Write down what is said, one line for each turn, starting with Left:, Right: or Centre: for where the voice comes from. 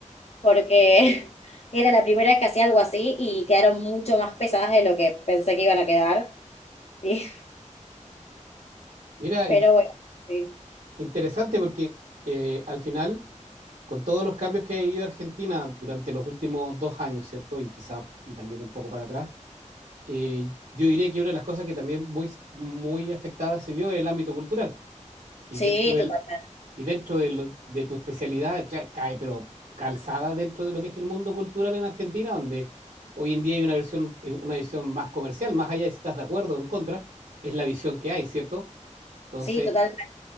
Left: porque <laughs> era la primera vez que hacía algo así y quedaron mucho más pesadas de lo que pensé que iban a quedar. <laughs> Y-
Right: Mira,
Left: pero
Right: in-
Left: bueno, sí.
Right: interesante porque eh, al final, con todos los cambios que ha vivido Argentina durante los últimos dos años, ¿cierto? Y quizá, y también un poco para atrás, eh, yo diría que una de las cosas que también muy, muy afectada se vio es el ámbito cultural. Y
Left: Sí,
Right: dentro del,
Left: totalmente.
Right: y dentro de, lo- de tu especialidad tra- cae, pero calzada dentro de lo que es el mundo cultural en Argentina, donde hoy en día hay una versión, eh, una visión más comercial, más allá de si estás de acuerdo o en contra, es la visión que hay, ¿cierto? Entonces,
Left: Sí, totalmente.